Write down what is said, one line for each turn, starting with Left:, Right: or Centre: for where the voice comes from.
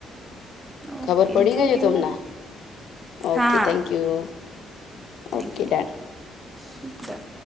Right: ઓકે
Left: ખબર પડી
Right: થેન્ક
Left: ગઈ ને
Right: યુ
Left: તમને? ઓકે
Right: હા
Left: thank you,
Right: thank
Left: okay done.
Right: You